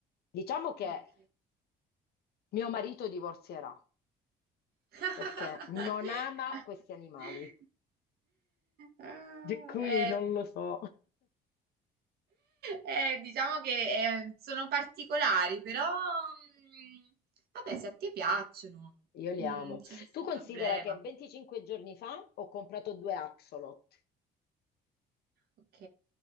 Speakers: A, on the left (about 70°); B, on the right (about 70°).
A: Diciamo che
B: ok.
A: Mio marito divorzierà
B: <laughs>
A: perché non ama questi animali.
B: Ah,
A: E qui
B: eh,
A: non lo so.
B: Eh, diciamo che eh, sono particolari, però mm, vabbè, se a te piacciono,
A: Io li
B: mm,
A: amo.
B: c'è Sì. nessun
A: Tu considera
B: problema.
A: che 25 giorni fa ho comprato due axolot.
B: Ok,